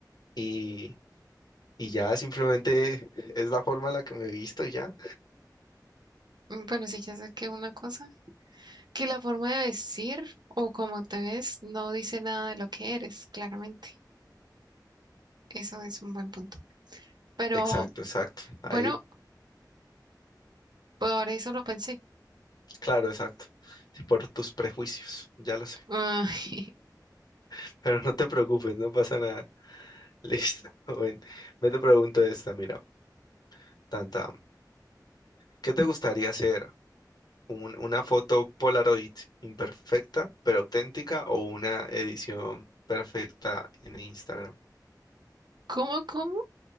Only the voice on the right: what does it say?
Mm, Pero sí ya saqué una cosa, que la forma de vestir o cómo te ves no dice nada de lo que eres, claramente. Eso es un buen punto. Pero
bueno, por eso lo pensé.
Ah, <laughs>
¿cómo, cómo?